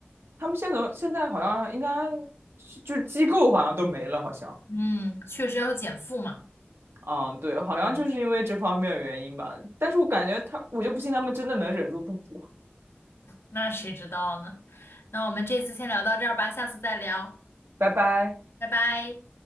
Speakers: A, on the right; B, on the left.
A: 他们现在现在好像应该是就是机构好像都没了，好像。
B: <laughs> 嗯，确实要有减负嘛。
A: 嗯，对，好像就是因为这方面的原因吧。
B: 嗯，
A: 但是我感觉他，我就不信他们真的能忍住不补。
B: 那谁知道呢？那我们这次先聊到这儿吧，下次再聊，
A: 拜拜。
B: 拜拜。